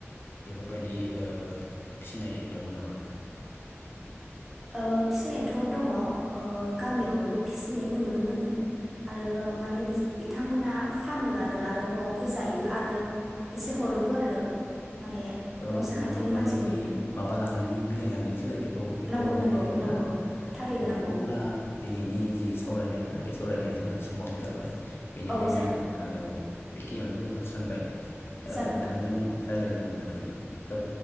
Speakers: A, on the left; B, in the centre.
A: बेफोरबायदि ओ फिनाय दङ नामा?
B: ओ फिसिनायथ' दङ ओ गामियावबो फिसिनायखौ नुनो मोनो आरो माने बिथांमोना फानो आरो आरो न'आवबो जायो आरो एसे हरोबो आरो। माने
A: औ
B: न' साखाथिनि
A: नोंगौ माने
B: मानसिफोरनो
A: बै माबालांनायनि बिलाइ लांनायनि सोलाय बेखौ एम्फौ
B: नंगौ
A: हरनाय
B: नंगौ
A: जायो आरो
B: नंगौ
A: ना
B: थारैनो
A: औ
B: नंगौ
A: अब्ला दिनैनि जि सावरायनाय ना बे सावरायनाया जोंहा समाबो जाबाय। बेनिखायनो
B: औ जागोन
A: आङो बेखिनियावनो दोनथनो सानबाय। ओ
B: जागोन
A: नोंथांजों रायलायनो मोननानै खोब